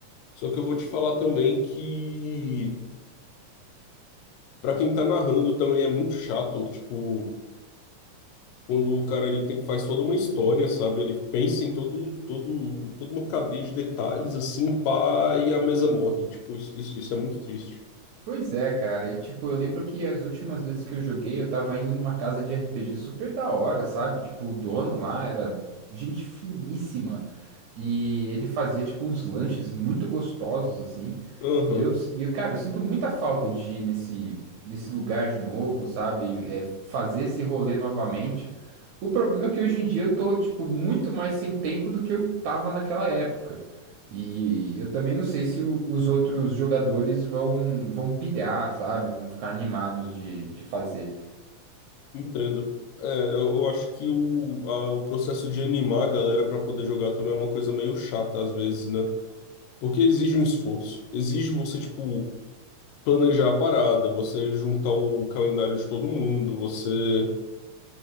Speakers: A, on the left (about 85°); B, on the right (about 80°).
A: Só que eu vou te falar também que, pra quem tá narrando, também é muito chato, tipo. quando o cara ele tem, faz toda uma história, sabe? Ele pensa em todo, todo, toda uma cadeia de detalhes, assim, pá, e a mesa morre. Tipo, isso, isso, isso é muito triste.
B: Pois é, cara. E tipo, eu lembro que as últimas vezes que eu joguei, eu tava indo numa casa de RPG super da hora, sabe? Tipo, o dono lá era gente finíssima. E ele fazia, tipo, uns lanches muito gostosos, assim.
A: Aham,
B: E eu, e eu, cara, eu sinto muita falta de ir nesse, nesse lugar de novo, sabe? É, fazer esse rolê novamente. O problema é que hoje em dia eu tô, tipo, muito mais sem tempo do que eu tava naquela época. E eu também não sei se o- os outros jogadores vão, vão pilhar, sabe? Vão ficar animados de, de fazer.
A: entendo. É, eu, eu acho que o, a- o processo de animar a galera pra poder jogar também é uma coisa meio chata às vezes, né? Porque exige um esforço. Exige você, tipo, planejar a parada, você juntar o calendário de todo mundo, você